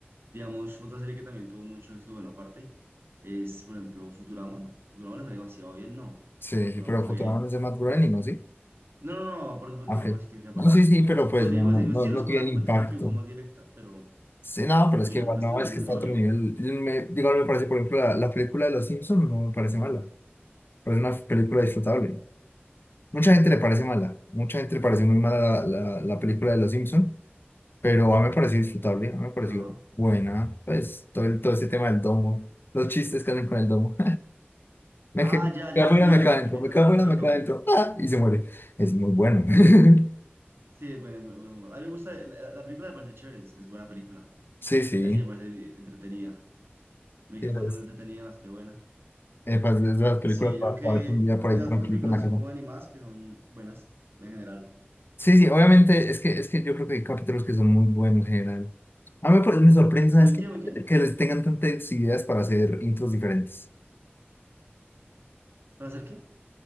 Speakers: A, on the right; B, on the left.
A: Digamos, otra serie que también tuvo mucho éxito, bueno, aparte, es, por ejemplo, Futurama. Futurama lo fue demasiado bien, ¿no?
B: Sí,
A: Futurama
B: pero
A: fue...
B: fotografiaron ese Matt Groening, ¿no? Sí.
A: No, no, no, por, por,
B: Ah, Ok.
A: por, por,
B: No,
A: por,
B: sí, sí, pero pues
A: Pero tiene
B: no,
A: como
B: no,
A: ese mismo
B: no,
A: estilo,
B: no
A: es como
B: tiene
A: la competencia
B: el impacto.
A: que hubo más directa, pero
B: Sí, no, pero es
A: pues
B: que
A: ya
B: igual
A: después
B: no,
A: Tilo
B: es
A: sí no
B: que está
A: se lo
B: a otro
A: llevó.
B: nivel. Me, digo, no me parece, por ejemplo, la, la película de Los Simpsons no me parece mala. Pero es una película disfrutable. Mucha gente le parece mala. Mucha gente le parece muy mala la, la, la película de Los Simpsons. Pero a mí me pareció disfrutable, a mí me pareció
A: Ajá.
B: buena. Pues todo, el- todo ese tema del domo, los chistes que hacen con el domo. Me,
A: Ah,
B: que- me
A: ya,
B: cago
A: ya, la
B: y
A: película,
B: la me calento,
A: te refieres
B: me
A: a,
B: cago
A: la- a
B: y
A: lo
B: la
A: del
B: me
A: domo.
B: calento. ¡Ah! Y se muere. Es muy bueno. <laughs>
A: Sí, buen, buen humor. A mí me gusta, la, la película me parece chévere, es, es buena película.
B: Sí, sí.
A: Y así me parece entretenida. Me quedé
B: sí,
A: bastante
B: Es,
A: entretenida, bastante buena.
B: eh, pues, es de las películas
A: Sí, yo
B: para,
A: creo
B: para ver un
A: que...
B: día por
A: Y
B: ahí
A: de las
B: tranquilito
A: pocas películas
B: en la
A: que
B: casa.
A: son como animadas, que son buenas, en general.
B: Sí, sí, obviamente es que, es que yo creo que hay capítulos que son muy buenos en general. A mí pues, me sorprende
A: ¿Muy
B: es que
A: qué, muy qué?
B: que les tengan tantas ideas para hacer intros diferentes.
A: ¿Para hacer qué?